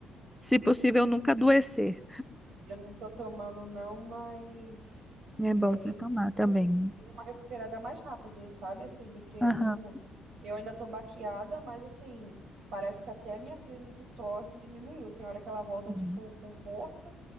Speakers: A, in the centre; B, on the right (about 70°).
A: se possível, nunca adoecer.
B: Eu não tô tomando não, mas
A: É bom
B: é,
A: você
B: eu,
A: tomar também.
B: tipo assim, dei uma recuperada mais rápido, sabe? Assim, do que
A: Aham.
B: todo mundo. Eu ainda tô baqueada, mas assim, parece que até a minha crise de tosse diminuiu. Tem hora que ela volta,
A: Uhum.
B: tipo, com força.